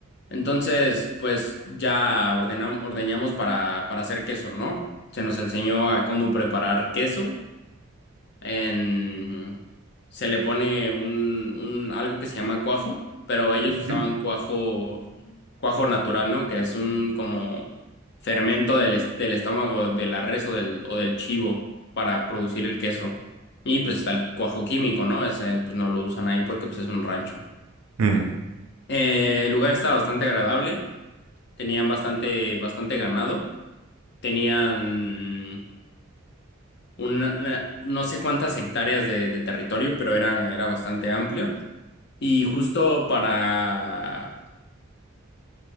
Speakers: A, on the left (about 55°); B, on the right (about 75°).
A: Entonces, pues ya ordenam- ordeñamos para, para hacer queso, ¿no? Se nos enseñó a cómo preparar queso. En... Se le pone un, un algo que se llama cuajo, pero
B: <laughs>
A: ellos usaban
B: Ujú.
A: cuajo, cuajo natural, ¿no? Que es un como fermento del, est- del estómago de la res o del, o del chivo para producir el queso. Y pues está el cuajo químico, ¿no? Ese pues no lo usan ahí porque pues es un rancho.
B: Mm,
A: Eh, el lugar está bastante agradable tenían bastante, bastante ganado, tenían una, una- no sé cuántas hectáreas de, de territorio, pero era, era bastante amplio. Y justo para,